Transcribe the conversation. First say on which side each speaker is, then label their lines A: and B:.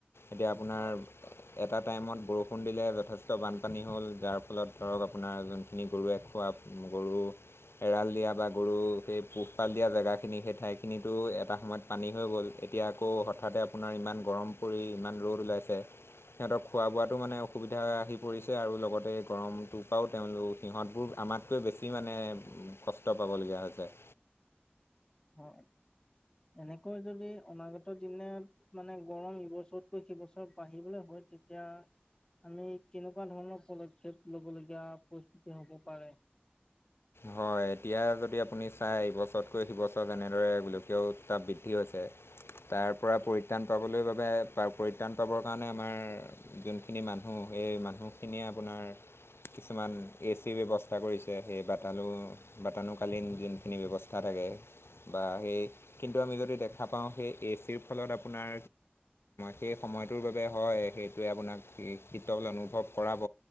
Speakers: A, on the left; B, on the left.
A: এতিয়া আপোনাৰ
B: হয়
A: এটা টাইমত বৰষুণ দিলে যথেষ্ট বানপানী হ'ল, যাৰ ফলত ধৰক আপোনাৰ যোনখিনি গৰুৱে খোৱা গৰু এৰাল দিয়া বা গৰু সেই পোহপাল দিয়া জেগা খিনি সেই ঠাই খিনিতো এটা সময়ত পানী হৈ গ'ল। এতিয়া আকৌ হঠাতে আপোনাৰ ইমান গৰম পৰি ইমান ৰ'দ ওলাইছে। সিহঁতক খোৱা বোৱাতো মানে অসুবিধা আহি পৰিছে আৰু লগতে গৰম তটোপৰাও তেওঁলোক সিহঁতবোৰ আমাতকৈ বেছি মানে কষ্ট পাবলগীয়া হৈছে।
B: অ'। এনেকৈ যদি অনাগত দিনত মানে গৰম এইবছৰতকৈ সেইবছৰ বাঢ়িবলৈ হয় তেতিয়া আমি কেনেকুৱা ধৰণৰ পদক্ষেপ লব লগগীয়া পৰিস্থিতি হব পাৰে?
A: হয়। এতিয়া যদি আপুনি চাই এইবছৰতকৈ সি বছৰ যেনেদৰে গোলকীয় উৎতাপ বৃদ্ধি হৈছে। তাৰ পৰা পৰিত্ৰাণ পাবলৈ বাবে পৰিত্ৰাণ পাবৰ কাৰণে আমাৰ যোনখিনি মানুহ সেই মানুহখিনিয়ে আপোনাৰ কিছুমান এ চিৰ ব্যৱস্থা কৰিছে, সেই বাটালু বাতানুকালীন যোনখিনি ব্যৱস্থা থাকে বা সেই কিন্তু আমি যদি দেখা পাওঁ সেই এ চিৰ ফলত আপোনাৰ সেই সময়টোৰ বাবে হয়, সেইটোৱে আপোনাক শীতল অনুভৱ কৰাব,